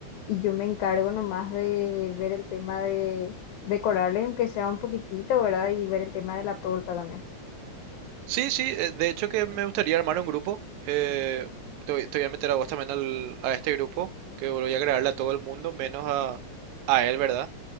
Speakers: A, on the left; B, on the right.
A: y yo me encargo nomás de ver el tema de decorarle, aunque sea un poquitito, ¿verdad? Y ver el tema de la torta también.
B: Sí, sí, eh, de hecho que me gustaría armar un grupo. eh, te voy, te voy a meter a vos también al- a este grupo, que voy a agregarle a todo el mundo, menos a, a él, ¿verdad?